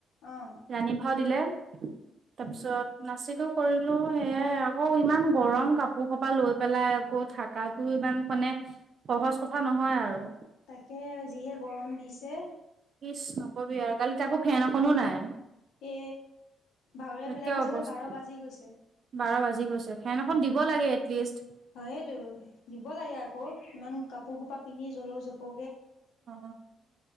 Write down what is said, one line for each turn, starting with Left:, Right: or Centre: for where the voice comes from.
Left: অ',
Right: ৰাণী ভাওত দিলে তাৰপিছত
Left: উম,
Right: নাচিলোঁ কৰিলো। সেইয়াই আকৌ ইমান গৰম কাপোৰ কপা লৈ পেলাই আকৌ থাকটো ইমান মানে সহজ কথা নহয় আৰু।
Left: তাকে যিহে গৰম দিছে।
Right: ইচ নকবি আৰু কালি তাকো ফেন এখনো নাই।
Left: এ ভাওৰীয়া
Right: একে
Left: বিলাকৰ
Right: অৱস্থা
Left: চাগে বাৰ বাজি গৈছে।
Right: বাৰ বাজি গৈছে ফেন এখন দিব লাগে এটলিষ্ট।
Left: হয় এইটো দিব লাগে আকৌ ইমান কাপোৰ সোপা পিন্ধি জলৌ জপৌ
Right: অ